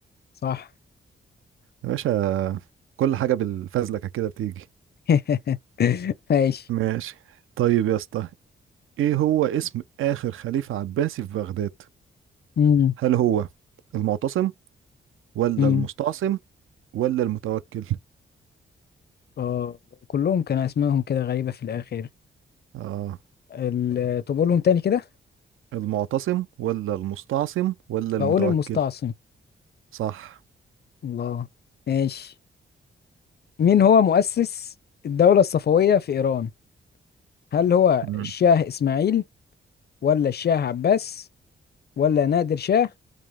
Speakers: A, on the left (about 50°); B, on the right (about 80°).
A: صح
B: يا باشا كل حاجة بالفزلكة كده بتيجي
A: <laughs> ماشي
B: ماشي طيب يا اسطى ايه هو اسم اخر خليفة عباسي في بغداد
A: مم.
B: هل هو المعتصم ولا
A: مم.
B: المستعصم ولا المتوكل
A: آه كلهم كان اسمائهم كده غريبة في الاخر
B: اه
A: ال- طب قولهم تاني كده
B: المعتصم ولا المستعصم ولا المتوكل
A: هقول المستعصم
B: صح
A: الله ماشي مين هو مؤسس الدولة الصفوية في ايران هل هو
B: مم.
A: الشاه اسماعيل ولا الشاه عباس ولا نادر شاه